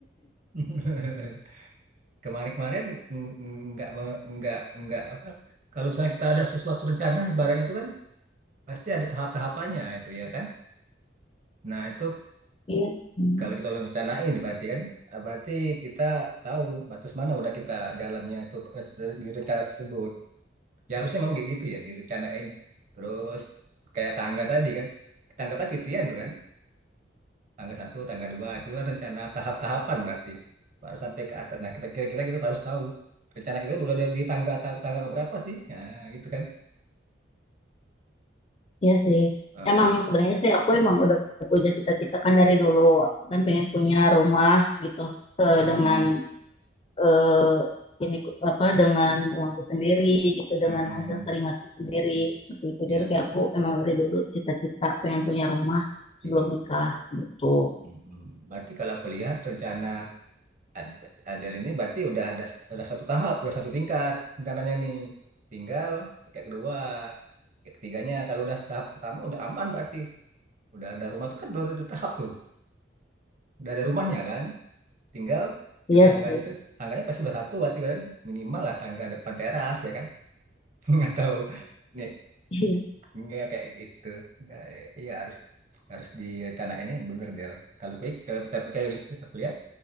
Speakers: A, on the right (about 40°); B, on the left (about 30°).
A: <laughs> Kemarin-kemarin mm, mm, enggak me- enggak enggak apa kalau misalnya kita ada sesuatu rencana ibaratnya itu kan pasti ada tahap-tahapannya itu ya kan? Nah, itu
B: <laughs> iya sih.
A: Kalau kita udah rencanain berarti kan eh, berarti kita tahu batas mana udah kita jalannya itu eh, di rencana tersebut. Ya harusnya memang kayak gitu ya direncanain. Terus kayak tangga tadi kan. Tangga kan titian tuh kan. Tangga satu, tangga dua itu kan rencana tahap-tahapan berarti. Baru sampai ke atas. Nah, kita kira-kira kita harus tahu rencana kita udah ada di tangga ta- tangga keberapa sih? Nah, gitu kan.
B: Iya sih.
A: Heeh.
B: Emang sebenarnya sih aku emang udah punya cita-cita kan dari dulu. Aku kan pengen punya rumah gitu eh,
A: Heeh.
B: dengan eh, ini ku- apa dengan uangku sendiri gitu dengan
A: Heeh.
B: hasil keringatku sendiri seperti itu.
A: Ya
B: Jadi
A: enggak
B: kayak aku emang dari dulu cita-cita pengen punya rumah
A: iya.
B: sebelum nikah gitu.
A: Mm-mm. Berarti kalau aku lihat rencana Ad- Adele ini berarti udah ada ada satu tahap, udah satu tingkat rencananya nih. Tinggal tingkat kedua, tingkat ketiganya. Kalau udah tahap pertama udah aman berarti. Udah ada rumah tuh kan udah ada tahap tuh. Udah ada rumahnya kan. Tinggal
B: Iya
A: di tangganya
B: sih.
A: tuh, tangganya pasti udah satu berarti kan. Minimal lah tangga depan teras ya kan. <laughs> Nggak tahu. Nih,
B: <laughs>
A: nggak kayak gitu. Nah, iya harus harus direncanain ini bener Del. Kalau tapi kalau- tapi kayak aku lihat